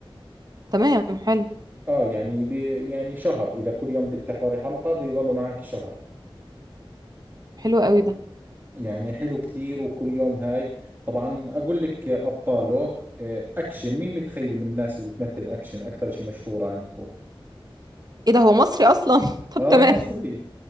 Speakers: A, on the right (about 45°); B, on the right (about 25°).
A: تمام حلو
B: اه يعني ب... يعني شهر اذا كل يوم بدك تحضري حلقة بيضلوا معك شهر
A: حلو قوي ده
B: يعني حلو كثير وكل يوم هاي طبعا اقول لك ابطاله آه، اكشن مين متخيلي من الناس اللي بتمثل اكشن اكثر شيء مشهورة عندكم
A: ايه ده هو مصري اصلا <laughs> طب
B: اه
A: تمام
B: مصري